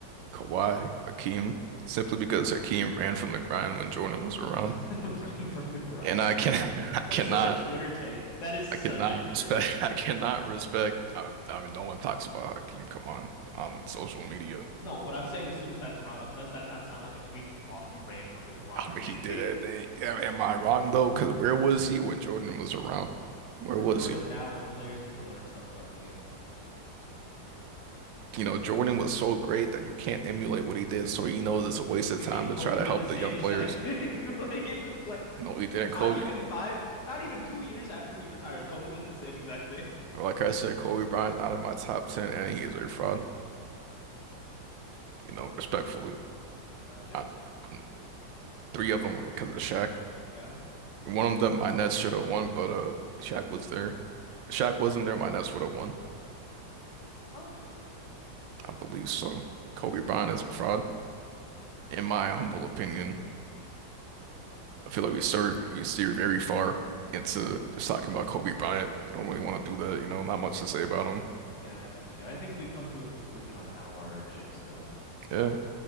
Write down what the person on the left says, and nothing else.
<laughs> ran from the grind
is
such a
that's such a Twitter take. That is such
a Twitter
take.
Come on.
No, but I'm saying as soon as that's brought up, does that not sound like a tweet? Oh, you ran from the grind.
<laughs>
Where's
Jordan
now when players need to learn stuff about the game?
What
do
you mean Kobe
did
the same
exact
thing? <laughs> Like, like
not
even five, not even two years after he retires, Kobe does the same exact thing.
<laughs> Five chips?
Yeah,
I don't think so.
Yeah, I got you. I think we've come to a conclusion on how our chips go.